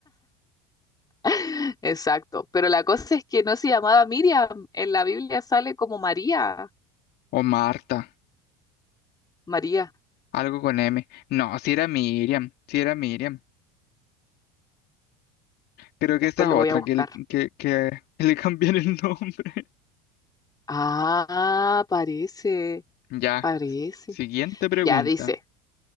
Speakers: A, on the left (about 20°); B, on the left (about 50°).
A: <laughs> exacto, pero la cosa es que no se llamaba Miriam, en la Biblia sale como María.
B: O Marta.
A: María,
B: Algo con M. No, si era Miriam, si era Miriam. Creo que
A: después
B: esta es
A: lo
B: otra,
A: voy a buscar.
B: que, el- que, que <laughs> le cambian el nombre.
A: Ah, parece,
B: <laughs> Ya,
A: parece.
B: siguiente pregunta.
A: Ya dice,